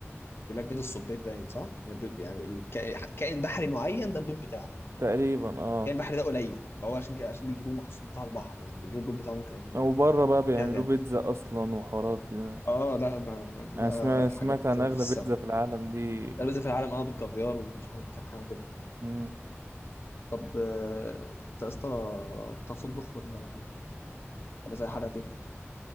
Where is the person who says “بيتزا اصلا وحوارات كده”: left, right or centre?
Right